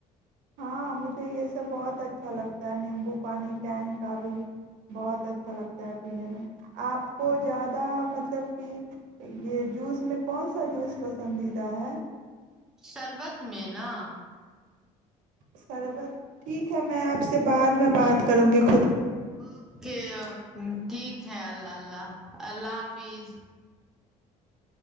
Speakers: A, on the right; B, in the centre.
A: ہاں مجھے یہ سب بہت اچھا لگتا ہے نیمبو پانی ٹینک کا بھی بہت اچھا لگتا ہے پینے میں آپ کو زیادہ مطلب کہ یہ جوس میں کون سا جوس پسندیدہ ہے
B: شربت میں نا
A: سربت ٹھیک ہے میں آپ سے بعد میں بات کر کرو گے
B: اوکے کی خ اللہ اللہ اللہ حافظ